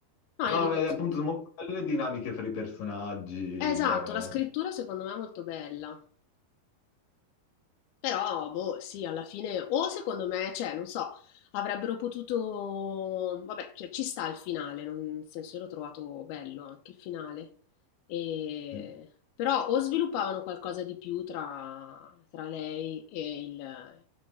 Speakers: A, on the left; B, on the left.
A: No
B: No,
A: io dico
B: eh,
A: s
B: appunto, sono molto belle le dinamiche fra i personaggi, il...
A: esatto, la scrittura secondo me è molto bella. Però, boh, sì, alla fine, o secondo me, cioè, non so, avrebbero potuto, vabbè, cioè, ci sta il finale, non- nel senso, io l'ho trovato bello anche il finale, E-
B: sì.
A: però o sviluppavano qualcosa di più tra, tra lei e il,